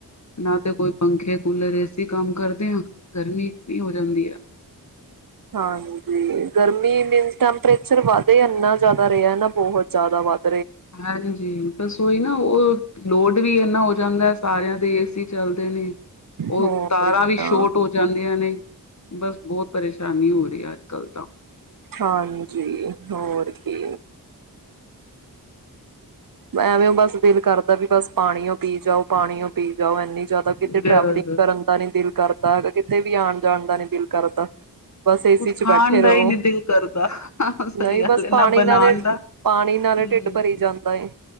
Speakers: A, on the left (about 45°); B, on the right (about 60°).
A: ਨਾ ਤੇ ਕੋਈ ਪੰਖੇ -ਕੂਲਰ ਏਸੀ ਕੰਮ ਕਰਦੇ ਹਾਂ। ਗਰਮੀ ਇਤਨੀ ਹੋ ਜਾਂਦੀ ਹੈ।
B: ਹਾਂਜੀ। ਗਰਮੀ ਮੀਨ ਟੈਂਪਰੇਚਰ ਵੱਧ ਇੰਨਾ ਜ਼ਿਆਦਾ ਰਿਹਾ ਨਾ ਬਹੁਤ ਜ਼ਿਆਦਾ ਵਧ
A: ਹਾਂਜੀ। ਬਸ ਓਹੀ ਨਾ ਉਹ ਲੋਡ ਵੀ ਇੰਨਾ ਹੋ ਜਾਂਦਾ ਸਾਰਿਆਂ ਦੇ ਏ ਸੀ ਚੱਲਦੇ ਨੇ ਉਹ
B: ਹੋਰ
A: ਤਾਰਾਂ
B: ਕਿਆ
A: ਵੀ ਸ਼ੋਟ ਹੋ ਜਾਂਦੀਆਂ ਨੇ। ਬਸ ਬਹੁਤ ਪਰੇਸ਼ਾਨੀ ਹੋ ਰਹੀ ਹੈ ਅੱਜ ਕੱਲ ਤਾਂ
B: ਹਾਂਜੀ। ਹੋਰ ਕੀ ਐਵੇਂ ਬਸ ਦਿਲ ਕਰਦਾ ਵੀ ਬਸ ਪਾਣੀਓ ਪੀ ਜਾਓ, ਪਾਣੀਓਂ ਪੀ ਜਾਓ, ਇਨੀ ਜ਼ਿਆਦਾ ਕਿਤੇ
A: ਬਸ
B: ਟਰੈਵਲਿੰਗ ਕਰਨ ਦਾ ਨਹੀਂ ਦਿਲ ਕਰਦਾ ਹੈਗਾ ਕਿਤੇ ਵੀ ਆਉਣ -ਜਾਣ ਦਾ ਨੀ ਦਿਲ ਕਰਦਾ। ਬਸ ਏਸੀ
A: ਕੁਛ
B: ਚ
A: ਖਾਣ
B: ਬੈਠੇ
A: ਦਾ
B: ਰਹੋ।
A: ਹੀ ਨੀ ਦਿਲ ਕਰਦਾ ਸਹੀ
B: ਨਹੀਂ
A: ਗੱਲ
B: ਬਸ
A: ਹੈ
B: ਪਾਣੀ
A: ਨਾ ਬਣਾਣ
B: ਨਾਲੇ
A: ਦਾ
B: ਪਾਣੀ ਨਾਲੇ
A: ਹੂੰ।
B: ਢਿੱਡ ਭਰੀ ਬਾਏ।